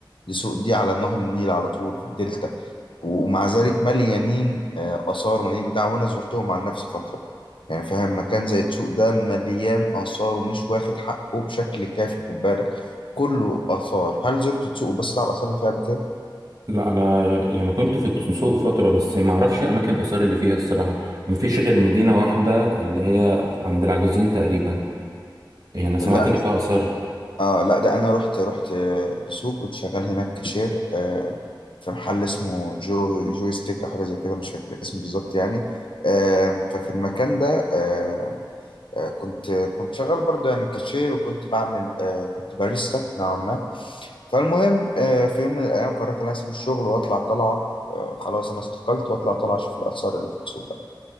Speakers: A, on the left; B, on the right.
A: دسوق دي على نهر النيل على طول في الدلتا ومع ذلك مليانين آه، آثار مليانين بتاع وأنا زرتهم عن نفسي فترة يعني فاهم مكان زي السوق ده مليان آثار ومش واخد حقه بشكل كافي خد بالك كله آثار هل زرت السوق وبصيت على الآثار اللي فيها قبل كده؟
B: لا انا يعني كنت في السوق فتره بس ما اعرفش اماكن الاثار اللي فيها الصراحه ما فيش غير مدينه واحده اللي هي عند العجوزين تقريبا يعني انا سمعت
A: لا
B: ان فيها اثار
A: آه لا ده أنا رحت رحت آه، السوق كنت شغال هناك كاشير آه في محل اسمه جو جوي ستيك أو حاجة زي كده مش فاكر الاسم بالظبط يعني آه ففي المكان ده آه آه، كنت كنت شغال برضه يعني كاشير وكنت بعمل آه، كنت باريستا نوعا ما فالمهم آه، في يوم من الأيام قررت إن أنا أسيب الشغل وأطلع طلعة آه، خلاص أنا استقلت وأطلع طلعة أشوف الآثار اللي في السوق بقى